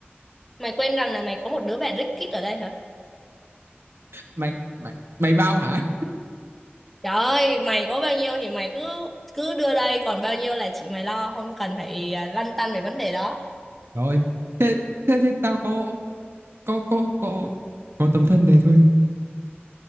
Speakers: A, in the centre; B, on the right.
A: mày quên rằng là mày có một đứa bạn rất kít ở đây hả
B: mày mày mày bao hả
A: Trời ơi, mày có bao nhiêu thì mày cứ cứ đưa đây, còn bao nhiêu là chị mày lo, không cần phải à, lăn tăn về vấn đề đó.
B: trời ơi, thế thế thế tao có có có có có tấm thân này thôi